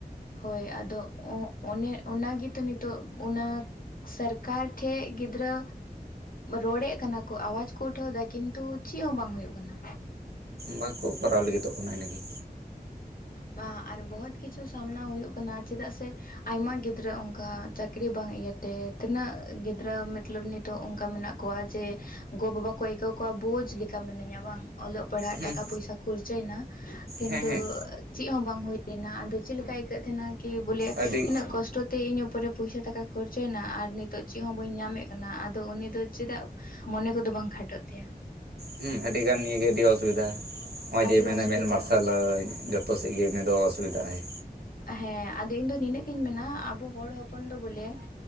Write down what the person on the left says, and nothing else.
ᱦᱳᱭ ᱟᱫᱚ ᱚᱦᱚᱜ ᱚᱱᱮ ᱚᱱᱟ ᱜᱤᱛᱚ ᱱᱤᱛᱚᱜ ᱚᱱᱟ ᱥᱟᱨᱠᱟᱨ ᱴᱷᱮᱡ ᱜᱤᱫᱽᱨᱟᱹ ᱨᱚᱲᱮᱜ ᱠᱟᱱᱟ ᱠᱚ ᱟᱣᱟᱡ ᱠᱚ ᱩᱴᱷᱟᱹᱣ ᱫᱟ ᱠᱤᱱᱛᱩ ᱪᱮᱜ ᱦᱚᱸ ᱵᱟᱝ ᱦᱳᱭᱚᱜ ᱠᱟᱱᱟ
ᱵᱟᱦᱟᱜ ᱟᱨ ᱵᱚᱦᱚᱛ ᱠᱤᱪᱷᱩ ᱥᱟᱢᱱᱟ ᱦᱩᱭᱩᱜ ᱠᱟᱱᱟ ᱪᱮᱫᱟᱜ ᱥᱮ ᱟᱭᱢᱟ ᱜᱤᱫᱽᱨᱟᱹ ᱚᱝᱠᱟ ᱪᱟᱹᱠᱨᱤ ᱵᱟᱝ ᱤᱭᱟᱹᱛᱮ ᱛᱤᱱᱟᱹᱜ ᱜᱤᱫᱽᱨᱟᱹ ᱢᱚᱛᱞᱚᱵ ᱱᱤᱛᱚᱜ ᱚᱱᱠᱟ ᱢᱮᱱᱟᱜ ᱠᱚᱣᱟ ᱡᱮ ᱜᱚ ᱵᱟᱵᱟ ᱠᱚ ᱟᱹᱭᱠᱟᱹᱣ ᱠᱚᱣᱟ ᱵᱳᱡᱽ ᱞᱮᱠᱟ ᱢᱤᱱᱟᱹᱧᱟ ᱵᱟᱝ ᱚᱞᱚᱜ ᱯᱟᱲᱦᱟᱜ
ᱴᱟᱠᱟ ᱯᱚᱭᱥᱟ ᱠᱷᱚᱨᱪᱟᱭᱱᱟ ᱠᱤᱱᱛᱩ
ᱪᱮᱫ ᱦᱚᱸ ᱵᱟᱝ ᱦᱩᱭ ᱞᱮᱱᱟ ᱟᱫᱚ ᱪᱮᱫᱮ ᱞᱮᱠᱟ ᱟᱹᱭᱠᱟᱹᱜ ᱛᱟᱦᱮᱸᱱᱟ ᱠᱤ ᱵᱚᱞᱮ
ᱤᱱᱟᱹᱜ ᱠᱚᱥᱴᱚ ᱛᱮ ᱤᱧ ᱩᱯᱚᱨᱮ ᱯᱚᱭᱥᱟ ᱴᱟᱠᱟ ᱠᱷᱚᱨᱪᱚᱭᱮᱱᱟ ᱟᱨ ᱱᱤᱛᱚᱜ ᱪᱮᱫ ᱦᱚᱸ ᱵᱟᱹᱧ ᱧᱟᱢᱮᱫ ᱠᱟᱱᱟ ᱟᱫᱚ ᱩᱱᱤ ᱫᱚ ᱪᱮᱫᱟᱜ ᱢᱚᱱᱮ ᱠᱚᱫᱚ ᱵᱟᱝ ᱠᱷᱟᱴᱚᱜ ᱛᱟᱭᱟ
ᱟᱹᱰᱤ
ᱚᱥᱩᱵᱤᱫᱟ
ᱦᱮᱸ ᱟᱫᱚ ᱤᱧ ᱫᱚ ᱱᱤᱱᱟᱹᱜ ᱜᱤᱧ ᱢᱮᱱᱟ ᱟᱵᱚ ᱦᱚᱲ ᱦᱚᱯᱚᱱ ᱫᱚ ᱵᱚᱞᱮ